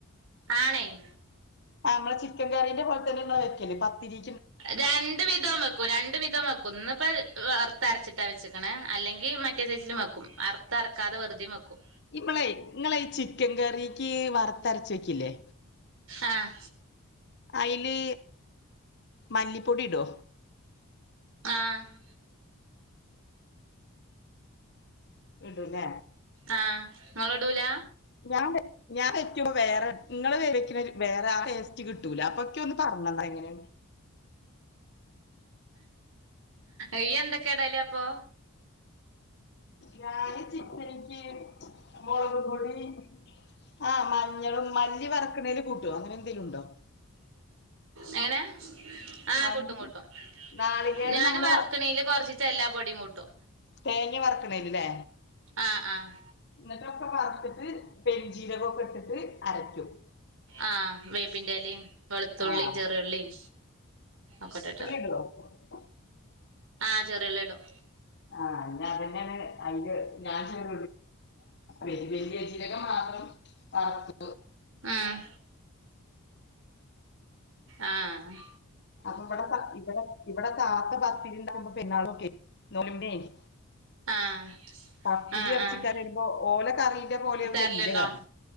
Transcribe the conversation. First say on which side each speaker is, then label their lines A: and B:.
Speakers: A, on the right; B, on the left.
A: ആണേയ്
B: ആ മ്മെളെ ചിക്കൻ കറീന്റെ പോലെ തന്നെ ഇങ്ങളെ വെക്കല് പത്തിരി
A: രണ്ട് വിധൊവെക്ക് രണ്ട് വിധം വെക്കും ഇന്ന് ഇപ്പ വറത്ത് അരച്ചിട്ടാ വെച്ചക്ക് ണ് അല്ലെങ്കി മറ്റേ സൈസിലുംവെക്കും തറക്കാതെ വെറുതിം വെക്കും
B: ഇവളെ നിങ്ങളെ ഈ ചിക്കൻ കറിക്ക് വറുത്തരച്ച് വെക്കില്ലേ
A: ആഹ്
B: അയ്ല് മല്ലിപ്പൊടിടോ
A: ആഹ്
B: ഇടുലേ
A: ആഹ് ങ്ങള്ടൂല
B: ഞാബെ ഞാൻ വെക്യുമ്പോ വേറെ ഇങ്ങള് വെക്ക്വെണ് വേറെ ആ ടെസ്റ്റ് കിട്ടൂല അപ്പൊ ഇക്യൊന്ന് പറഞ്ഞന്നാ എങ്ങനെണ്
A: ഇയ്യ് ന്തക്കെടലപ്പോ
B: ഞാന് ചിക്കനിക്യ മൊളക് പൊടി ആ മഞ്ഞളും മല്ലി വറ്ക്ക്ണേല് കൂട്ടോ അങ്ങനെ എന്തെേലുണ്ടോ
A: എങ്ങെനെ ആഹ്
B: മല്ലി
A: കൂട്ടും കൂട്ടും
B: നാളികേരം
A: ഞാന്
B: നമ്മള്
A: വർക്ക്‌ണേല്
B: വ
A: കൊർചീച്ചേ എല്ലാ പൊടിം കൂട്ടും
B: തേങ്ങ വർക്ക്‌ണേല് ലേ
A: ആഹ് ആഹ്
B: ന്നട്ടൊക്കെ വർത്ത്ട്ട് പെരിഞ്ചീര കൊക്കെട്ട്ട്ട് അരക്യും
A: ആഹ് വേപ്പിന്റെലിം വെളുത്തുള്ളീം
B: ആഹ്
A: ചെറിയുള്ളീം ഒക്കട്ടിട്ട്
B: <unintelligible>
A: ആഹ് ചെറിയുള്ളിടും
B: ആഹ് ആഹ് ഇന്ന അതന്നെണ് അയിന്റെ ഞാന് <unintelligible> വല്യയ വലിയ ചീരകം മാത്രം ആഹ്
A: ആഹ് ആഹ്
B: അപ്പം പടെ പത്തി ഇപടെ ഇവടെ താത്ത പത്തിരിണ്ടാവുമ്പോ പെരുന്നാളൊക്കെ നോലിമ്പേനി
A: ആഹ്
B: പത്തിരി
A: ആഹ്
B: എർച്ചിക്കറിര്മ്പോ
A: ആഹ്
B: ഓല കറീന്റെ പോലെയാവൂല
A: തരലുണ്ടോ
B: ഇന്റെ കറി